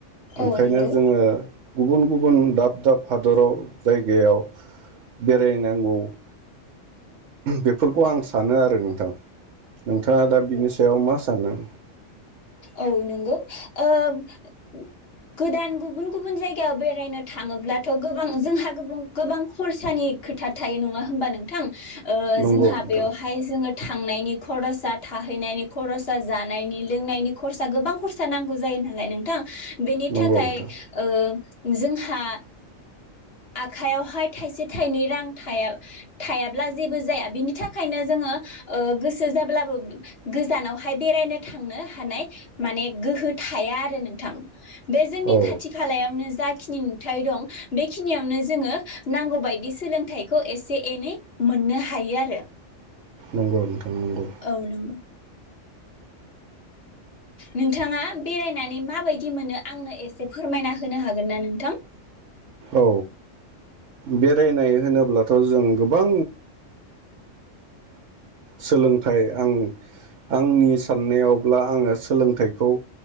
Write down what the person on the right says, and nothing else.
ओंखायनो
जोंङो गुबुन गुबुन दाब दाब हादराव जायगायाव बेरायनो गौ । बेफोरखौ आं सानो आरो नोंथां। नोंथाङा दा बिनि सायाव मा सानो?
नंगौ
नोंथां
नंगौ
नोंथां
औ
नंगौ नोंथां नंगौ।
औ बेरायनाय होनोब्लाथ जों गोबां सोलोंथाय आं आंनि साननायावब्ला आंओ सोलोंथायखौ